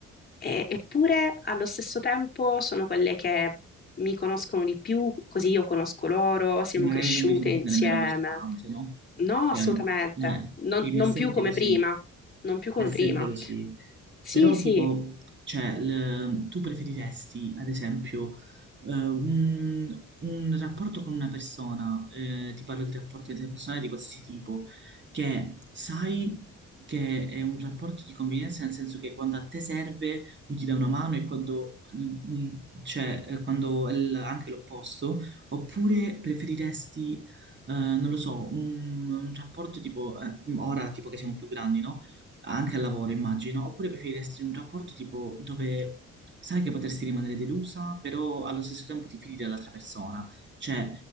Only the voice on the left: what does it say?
E- eppure allo stesso tempo sono quelle che mi conoscono di più, così io conosco loro, siamo
cresciute
insieme.
No,
assolutamente,
non,
non
più come
prima, non più come
prima.
Sì,
sì,